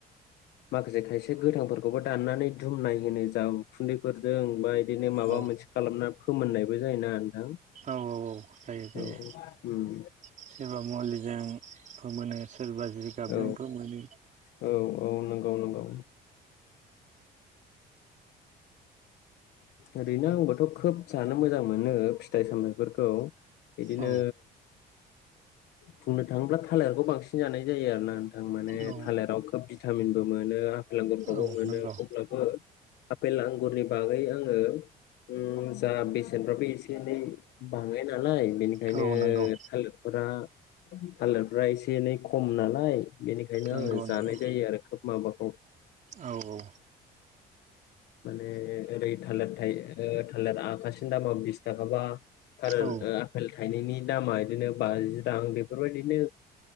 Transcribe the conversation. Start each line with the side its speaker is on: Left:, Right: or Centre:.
Left: माखासे खायसे गोथांफोरखौबो दाननानै दुमनाय होनो जा उखुन्दैफोरजों बाय बिदिनो माबा
Right: औ
Left: मोनसे खालामना फोमोननायबो जायोना नोंथां
Right: औ औ औ जायो जायो
Left: औ उम
Right: सोरबा मुलिजों फोमोनो। सोरबा जिगाबजों
Left: औ
Right: फोमोनो
Left: औ औ नोंगौ नोंगौ। ओरैनो आंबोथ खोब जानो मोजां मोनो फिथाइ सामथायफोरखौ बिदिनो
Right: औ
Left: बुंनो थांङोब्ला थालेरखौ बांसिन जानाय जायो आरो ना आं माने
Right: औ
Left: थालेराव खोब बि भिटामिनबो मोनो फेल आंगुरफ्रावबो
Right: औ
Left: मोनो
Right: नंगौ
Left: अब्लाबो आफेल आंगुरनि बागै आंङो उम जा बेसेनफ्राबो एसे एनै बाङाय नालाय बेनिखायनो
Right: औ नंगौ
Left: थालिरफोरा थालेरफ्रा एसे एनै खम नालाय बेनिखायनो
Right: नंगौ
Left: आंङो जानाय
Right: नंगौ
Left: जायो आरो खोब माबा औ।
Right: औ औ।
Left: माने ओरै थालेद थायोद थालिर आखासेनि दामा बिसथागाबा थारेल
Right: औ
Left: ओ आफेल थाइनैनि दामा इदिनो बाजि रां बेफोरबायदिनो